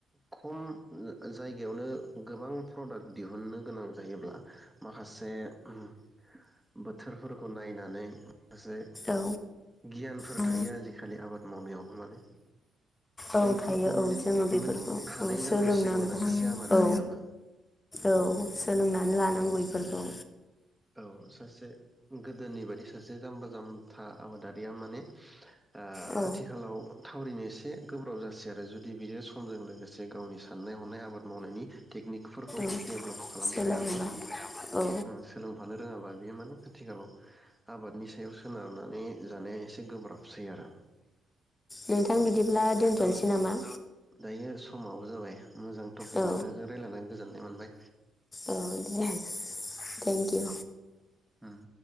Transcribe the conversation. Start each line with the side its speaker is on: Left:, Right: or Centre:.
Centre: खम जा-जायगायावनो गोबां प्रडाक्ट दिहुननो गोनां जायोब्ला। माखासे उम बोथ बोथोरफोरखौ नायनानै माखासे
Left: औ
Centre: गियानफोर
Left: उम
Centre: थायो आजिखालि आबाद मावनायावबो माने <unintelligible>
Left: औ
Centre: बैफोरखौ
Left: थायो
Centre: माने
Left: औ जोङो बेफोरखौ
Centre: मोनथिनो हानाय
Left: औ सोलोंनांगौ
Centre: जानांसिगौ आरो सासे आबादारियाबो
Left: औ औ सोलोंनानै लानांगौ <unintelligible>
Centre: औ सासे गोदोनि बायदि सासे जाम्बा जाम्था आबादारिया माने ओ
Left: औ
Centre: आथिखालाव थावरिनो एसे गोब्राब जासै आरो जुदि बियो <unintelligible> समजों लोगोसे गावनि साननाय हनाय आबाद मावनायनि टेकनिकफोरखौ
Left: औ
Centre: डेभलप खालामफायाब्ला
Left: सोलायबाय औ
Centre: ओ सोलों थानो रोङाबा बियो माने आथिखालाव आबादनि सायाव सोनारनानै जानाया एसे गोब्राबसै आरो।
Left: नोंथां बिदिब्ला दोनथ'नोसै
Centre: स'
Left: नामा?
Centre: दायो समाबो जाबाय। मोजां टपिक
Left: औ
Centre: नोंथांजों रायज्लायना गोजोननाय मोनबाय।
Left: औ दे थेंक
Centre: उम
Left: इउ
Centre: दे ओम।